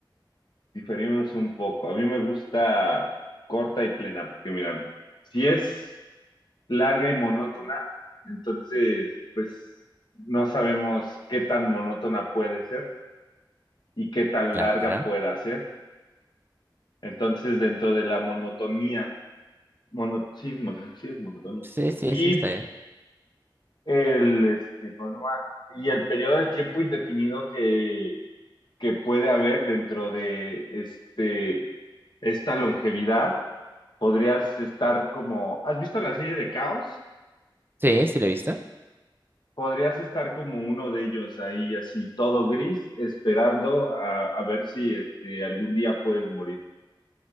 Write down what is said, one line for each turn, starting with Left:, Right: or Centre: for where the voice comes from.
Left: Diferimos un poco. A mí me gusta corta y plena, porque mira, si es larga y monótona, entonces pues no sabemos qué tan monótona puede ser y qué tan
Right: Claro.
Left: larga pueda ser. Entonces dentro de la monotonía, mono, sí, mono- sí es monotonía.
Right: Sí, sí,
Left: Y
Right: sí, está bien.
Left: el, este, ¿cómo se llama? Y el periodo de tiempo indefinido que, que puede haber dentro de este, esta longevidad, podrías estar como, ¿has visto la serie de Caos?
Right: Sí, sí, lo he visto.
Left: podrías estar como uno de ellos ahí, así todo gris, esperando a, a ver si este, algún día puedes morir,